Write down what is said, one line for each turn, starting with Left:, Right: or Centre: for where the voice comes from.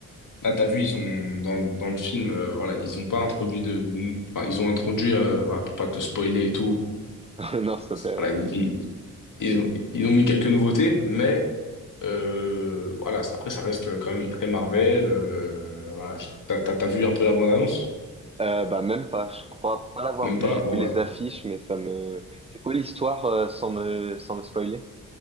Left: Là, t'as vu, ils ont dans, dans le film, euh, voilà, ils ont pas introduit de, enfin, ils ont introduit euh, voilà, pour pas te spoiler et tout.
Right: <laughs> Non, s'il te plaît.
Left: Voilà,
Right: ouais.
Left: ils, ils, ils ont, ils ont mis quelques nouveautés, mais euh, voilà, après ça reste quand même très Marvel. Euh, voilà, je- t'as, t'as t'as vu un peu la bande-annonce?
Right: Euh, bah même pas, je crois pas l'avoir
Left: Même
Right: vu.
Left: pas?
Right: J'ai vu
Left: Bon
Right: les
Left: bah,
Right: affiches, mais ça me. C'est quoi l'histoire euh, sans me sans me spoiler,